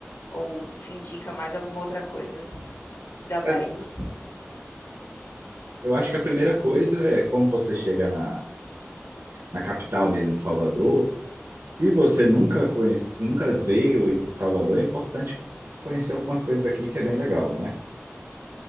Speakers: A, on the left; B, on the right.
A: ou se indica mais alguma outra coisa da Bahia.
B: É, Eu acho que a primeira coisa é como você chega na, na capital mesmo, em Salvador. Se você nunca conhece, se nunca veio em Salvador, é importante conhecer algumas coisas aqui que é bem legal, né?